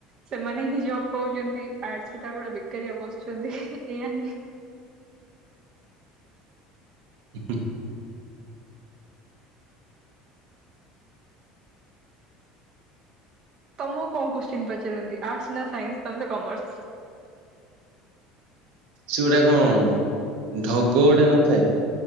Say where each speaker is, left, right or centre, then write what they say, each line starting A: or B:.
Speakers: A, on the right (about 35°); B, on the right (about 75°).
A: ସେମାନେ ହିଁ ଜବ୍ ପାଉଛନ୍ତି। ଆର୍ଟସ ପିଲା ଗୁଡା ବେକାରିଆ ବସିଛନ୍ତି। ଏଇଆ ହିଁ
B: <inaudible>
A: ତମକୁ କଣ କୋଶ୍ଚିନ୍ ପଚାରନ୍ତି ଆର୍ଟସ ନା ସାଇନ୍ସ? ତମେ ତ କମର୍ସ!
B: ସେଗୁଟା କଣ ଢଗ ଗୋଟେ ନଥାଏ